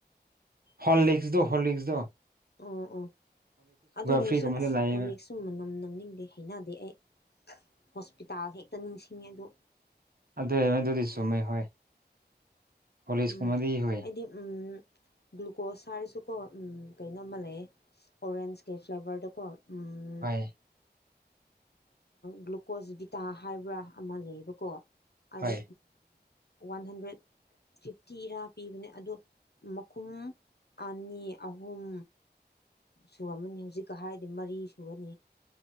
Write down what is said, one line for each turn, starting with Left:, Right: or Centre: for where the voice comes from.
Right: ꯍꯣꯜ ꯂꯤꯛꯁꯗꯣ ꯍꯣ ꯂꯤꯛꯁꯗꯣ
Left: ꯎꯝ ꯎꯝ ꯑꯗꯨꯒꯨꯝꯕꯁꯨ
Right: ꯐ꯭ꯔꯤꯒꯨꯝꯕꯗ
Left: ꯑꯁ
Right: ꯂꯩꯌꯦꯕ
Left: ꯍꯣꯂꯤꯛꯁꯨ ꯃꯅꯝ ꯅꯝꯅꯤꯡꯗꯦ ꯍꯩꯅꯗꯦ ꯑꯩ ꯍꯣꯁꯄꯤꯇꯥꯜ ꯍꯦꯛꯇ ꯅꯤꯡꯁꯤꯡꯉꯤ ꯑꯗꯣ
Right: ꯑꯗꯨ ꯅ ꯑꯗꯨꯗꯤ ꯆꯨꯝꯃꯦꯩ ꯍꯣꯏ ꯍꯣꯔꯂꯤꯛꯁꯀꯨꯝꯕꯗꯤ
Left: ꯎꯝ
Right: ꯍꯣꯏ
Left: ꯍꯥꯏꯗꯤ ꯎꯝ ꯒ꯭ꯂꯨꯀꯣꯁ ꯍꯥꯏꯔꯁꯨꯀꯣ ꯎ ꯀꯩꯅꯣꯝꯃ ꯂꯩ ꯑꯣꯔꯦꯟꯁꯀꯤ ꯐ꯭ꯂꯦꯕꯔꯗꯀꯣ ꯎꯝ
Right: ꯍꯣꯏ
Left: ꯒ꯭ꯂꯨꯀꯣꯁ ꯚꯤꯇꯥ ꯍꯥꯏꯕ꯭ꯔꯥ ꯑꯃ ꯂꯩꯌꯦꯕꯀꯣ ꯑꯗꯣ
Right: ꯍꯣꯏ
Left: ꯋꯥꯟ ꯍꯟꯗ꯭ꯔꯦꯠ ꯐꯤꯐꯇꯤꯔꯥ ꯄꯤꯕꯅꯦ ꯑꯗꯣ ꯃꯈꯨꯝ ꯑꯅꯤ ꯑꯍꯨꯝ ꯁꯨꯔꯝꯃꯅꯤ ꯍꯧꯖꯤꯛꯀ ꯍꯥꯏꯔꯗꯤ ꯃꯔꯤ ꯁꯨꯔꯅꯤ